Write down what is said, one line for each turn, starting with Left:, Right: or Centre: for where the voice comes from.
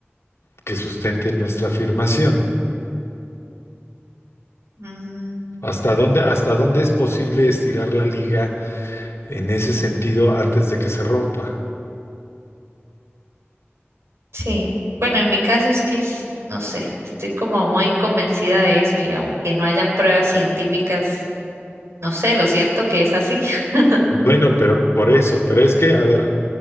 Left: que sustenten nuestra afirmación.
Right: Mm,
Left: ¿Hasta dónde, hasta dónde es posible estirar la liga? en ese sentido antes de que se rompa.
Right: sí, bueno, en mi caso es que, es- no sé, estoy como muy convencida de eso y aunque no hayan pruebas científicas, no sé, lo siento que es así. <laughs>
Left: Bueno, pero por eso, pero es que, a ver,